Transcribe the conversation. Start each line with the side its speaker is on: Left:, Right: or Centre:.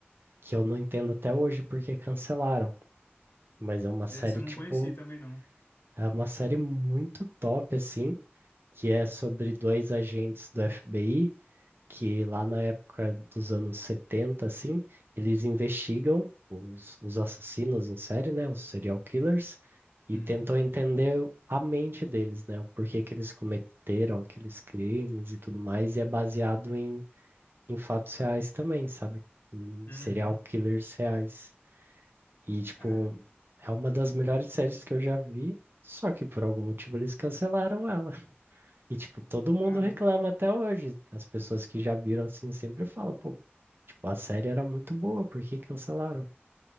Right: que eu não entendo até hoje porque cancelaram, mas é uma série
Left: Essa eu não
Right: tipo,
Left: conheci também não.
Right: é uma série muito top assim, que é sobre dois agentes do FBI que lá na época dos anos 70 assim, eles investigam os, os assassinos em série, né, os serial killers, e
Left: Uhum.
Right: tentam entender a mente deles, né, o porquê que eles cometeram aqueles crimes e tudo mais, e é baseado em, em fatos reais também, sabe? Em
Left: Uhum.
Right: serial killers reais. E, tipo,
Left: Cara,
Right: é uma das melhores séries que eu já vi. Só que por algum motivo eles cancelaram ela. E, tipo, todo mundo
Left: caramba.
Right: reclama até hoje. As pessoas que já viram assim sempre falam, pô, Tipo, a série era muito boa, por que cancelaram?